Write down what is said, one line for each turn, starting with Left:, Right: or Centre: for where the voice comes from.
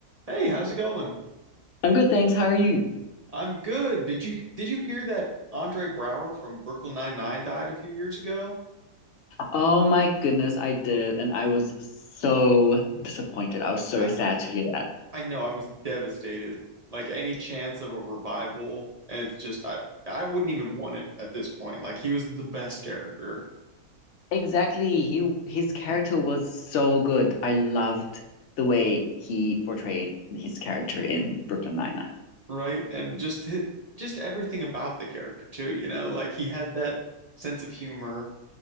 Right: Hey, how's it going?
Left: I'm good, thanks. How are you?
Right: I'm good. Did you did you hear that Andre Brower from Brooklyn Nine-Nine died a few years ago?
Left: Oh my goodness, I did, and I was so disappointed. I was so
Right: I
Left: sad to hear that.
Right: I know I was devastated. Like any chance of a revival, and it's just I I wouldn't even want it at this point. Like he was the best character,
Left: Exactly. He his character was so good. I loved the way he portrayed his character in Brooklyn Nine-Nine.
Right: right? And just hi- just everything about the character too, you know? Like he had that sense of humor,